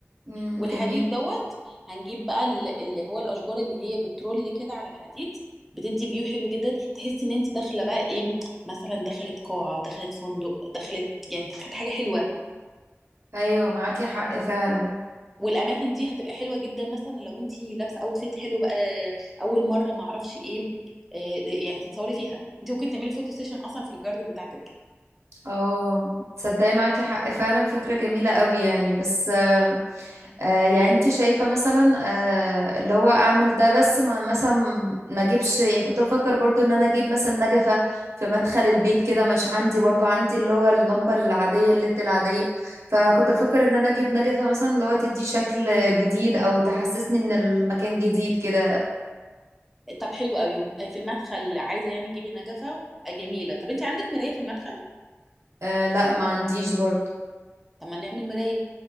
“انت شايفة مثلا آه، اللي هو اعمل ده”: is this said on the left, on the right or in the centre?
Right